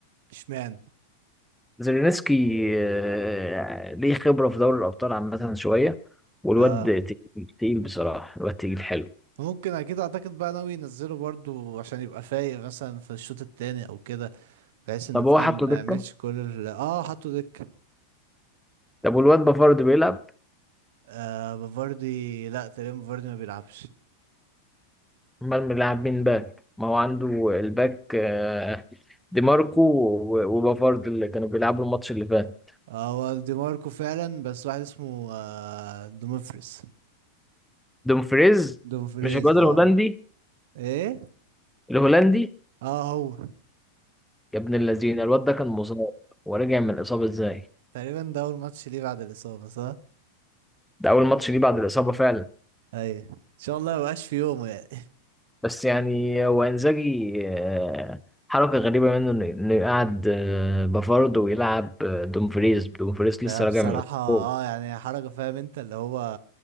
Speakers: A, on the right (about 55°); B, in the centre.
A: اشمعنى
B: زيلينسكي آه، ليه خبرة في دوري الابطال عامة شوية والواد
A: اه
B: تقيل تقيل بصراحة الواد تقيل حلو
A: ممكن اكيد اعتقد بقى ناوي ينزله برضو عشان يبقى فايق مثلا في الشوط التاني او كده بحيث انه
B: طب
A: فاهم
B: هو حطه
A: ما
B: دكة
A: يعملش كل ال... اه حطوا دك
B: طب والواد بافارد بيلعب
A: آه بفاردي لا تقريبا بفاردي ما بيلعبش
B: امال بيلعب مين باك ما هو عنده الباك آه، دي ماركو و- وبافارد اللي كانوا بيلعبوا الماتش اللي فات
A: اه هو دي ماركو فعلا بس واحد اسمه آه دومفريز
B: دومفريز
A: دومفريز
B: مش الواد
A: اه
B: الهولندي
A: ايه
B: الهولندي
A: اه هو
B: يا ابن اللذينه الواد ده كان مصاب ورجع من الاصابه ازاي
A: تقريبا ده اول ماتش ليه بعد الاصابة صح
B: ده اول ماتش ليه بعد الاصابه فعلا
A: ايوه ان شاء الله ما يبقاش في يومه يعني
B: بس يعني هو انزاجي آه، حركه غريبه منه انه إنه يقعد آه، بافارد ويلعب آه، دومفريز دومفريز لسه
A: آه، بصراحة
B: راجع من الاصابه
A: اه يعني حركة فاهم انت اللي هو